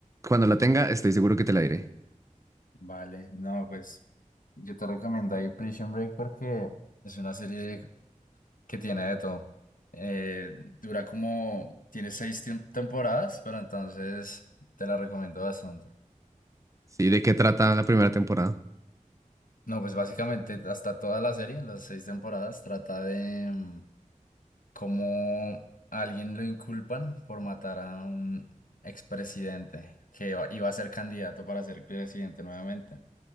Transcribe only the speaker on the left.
Vale, no, pues yo te recomiendo ahí Prison Break porque es una serie que tiene de todo. Eh, dura como, tiene seis tem- temporadas, pero entonces te la recomiendo bastante.
No, pues básicamente hasta toda la serie, en las seis temporadas, trata de mm, cómo a alguien lo inculpan por matar a un expresidente que iba, iba a ser candidato para ser presidente nuevamente.